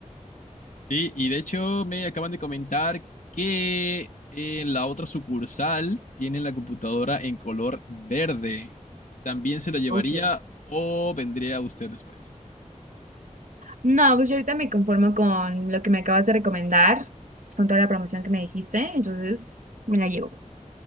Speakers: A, on the left; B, on the right.
A: Sí, y de hecho me acaban de comentar que en la otra sucursal tienen la computadora en color verde. ¿También se la llevaría
B: Ok.
A: o vendría usted después?
B: No, pues yo ahorita me conformo con lo que me acabas de recomendar, con toda la promoción que me dijiste, entonces me la llevo.